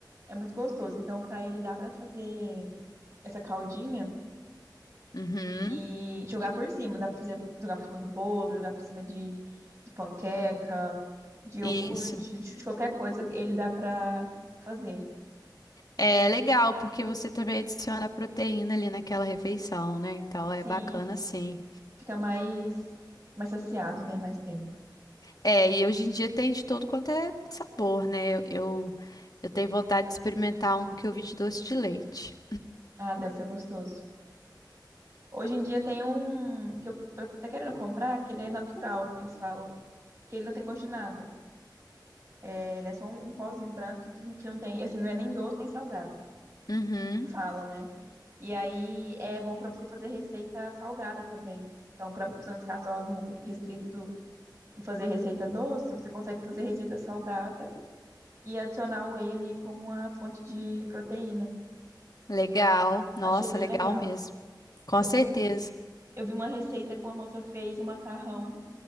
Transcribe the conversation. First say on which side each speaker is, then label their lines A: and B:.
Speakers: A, on the right; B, on the left.
A: é muito gostoso. Então, pra ele dá pra fazer essa caldinha
B: Uhum.
A: e jogar por cima. Dá pra fazer jogar por cima do bolo, jogar por cima de, de panqueca, de iogurte,
B: Isso.
A: de, de qualquer coisa, ele dá pra fazer.
B: É legal, porque você também adiciona proteína ali naquela refeição, né? Então é
A: Sim,
B: bacana sim.
A: fica mais, mais saciado, né? Mais tempo.
B: É, e hoje em dia tem de todo quanto é sabor, né? Eu, eu tenho vontade de experimentar um que eu vi de doce de leite.
A: Ah, deve ser gostoso. Hoje em dia tem um que eu tô até querendo comprar, que ele é natural, que eles falam, que ele não tem gosto de nada. É, Ele é só um, um pozinho branco que, que não tem, assim, não é nem doce nem salgado.
B: Uhum,
A: falam, né? E aí é bom para você fazer receita salgada também. Então, para você não ficar só no restrito e fazer receita doce, você consegue fazer receita salgada e adicionar o whey ali como uma fonte de proteína.
B: legal. Nossa,
A: Achei bem
B: legal
A: legal.
B: mesmo. Com
A: Eu
B: certeza.
A: vi, um- eu vi uma receita que uma moça fez um macarrão